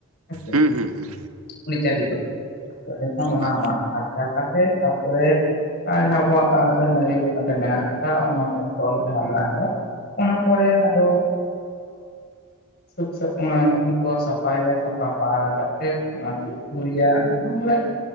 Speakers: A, on the left (about 45°); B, on the right (about 80°).
A: ᱦᱮᱸᱥᱮ
B: ᱦᱮᱸ ᱦᱮᱸ ᱦᱮᱸ
A: ᱩᱱᱤ ᱪᱟᱹᱰᱤ ᱫᱚ ᱮᱱᱠᱷᱟᱱ ᱚᱱᱟ
B: ᱦᱳᱭ
A: ᱟᱢᱟᱜ <unintelligible> ᱯᱷᱟᱨᱪᱟ ᱠᱟᱛᱮ ᱛᱟᱯᱚᱨᱮ ᱟᱨ ᱟᱵᱚᱣᱟᱜ ᱟᱹᱱᱤ ᱞᱮᱠᱟᱛᱮ ᱢᱮᱱᱟᱜ ᱟᱠᱟᱫᱟ ᱚᱱᱟ ᱯᱷᱚᱥᱚᱞ ᱡᱟᱦᱟᱸ ᱢᱮᱱᱟᱜ ᱟᱠᱟᱫᱟ ᱚᱱᱟ ᱯᱚᱨᱮ ᱟᱫᱚ ᱥᱩᱠ ᱥ <inaudible> ᱠᱚ ᱥᱟᱯᱟᱭᱟ ᱥᱟᱯᱟᱯ ᱠᱟᱛᱮᱫ ᱚᱱᱟ ᱠᱚ ᱩᱛᱩᱭᱟ ᱚᱱᱟᱯᱚᱨᱮ